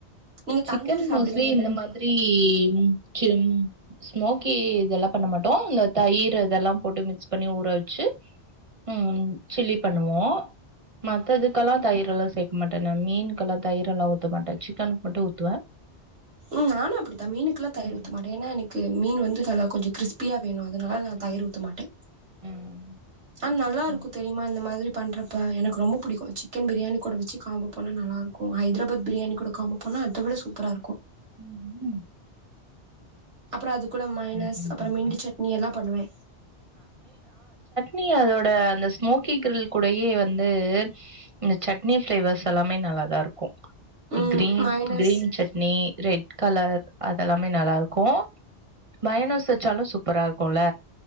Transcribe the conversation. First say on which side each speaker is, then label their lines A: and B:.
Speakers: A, on the right; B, on the right.
A: நீங்க
B: சிக்கன்
A: தந்தூரி சாப்டுவீங்கல்ல
B: மோஸ்லி இந்த மாதிரி மிச்சும் ஸ்மோக்கி இதெல்லாம் பண்ண மாட்டோம் இந்த தயிரி அதெல்லாம் போட்டு மிக்ஸ் பண்ணி ஊற வச்சு ம் சில்லி பண்ணுவோம் மத்ததுக்கெல்லாம் தயிரெல்லாம் சேர்க்க மாட்டேன் நான் மீனுகெல்லாம் தயிரெல்லாம் ஊத்த மாட்டேன் சிக்கனுக்கு மட்டும் ஊத்துவேன்
A: ம் நானும் அப்படித்தான் மீனுக்கெல்லாம் தயிர்
B: ம்.
A: ஊத்த மாட்டேன் ஏன்னா எனக்கு மீன் வந்து நல்லா கொஞ்சொ கிரிஸ்பியா வேணு அதுனால நா
B: ம்.
A: தயிர் ஊத்த மாட்டே
B: ம்.
A: ஆன் நல்லாருக்கு
B: ம்.
A: தெரியுமா இந்த மாதிரி பண்ணுறப்ப எனக்கு ரொம்ப புடிக்கு சிக்கன் பிரியாணி கூட வச்சு காம்போ போனா நல்லாருக்கு ஹைதரபாத் பிரியாணி கூட காம்போ போனா அத விட சூப்பரா இருக்கு
B: ம் ம்
A: அப்ற அது கூட மையனஸ்
B: பண்ணி
A: அப்ற
B: பாக்குறேன்.
A: மின்ட்டு சட்னி எல்லா பண்ணுவே
B: னி அதோட அந்த ஸ்மோக்கி கிரில் கூடயே வந்து இந்த சட்னி ஃப்ளேவர்ஸ் எல்லாமே நல்லா தா இருக்கு
A: ம்
B: green
A: mayonnaise
B: green chutney red colour அதல்லா மே நல்லாருக்கு மையனஸ் வச்சாலு சூப்பரா இருக்குல்ல